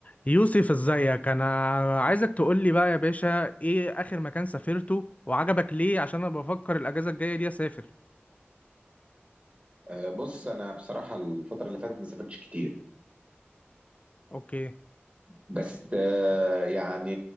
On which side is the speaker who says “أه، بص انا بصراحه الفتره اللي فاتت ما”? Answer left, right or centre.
Right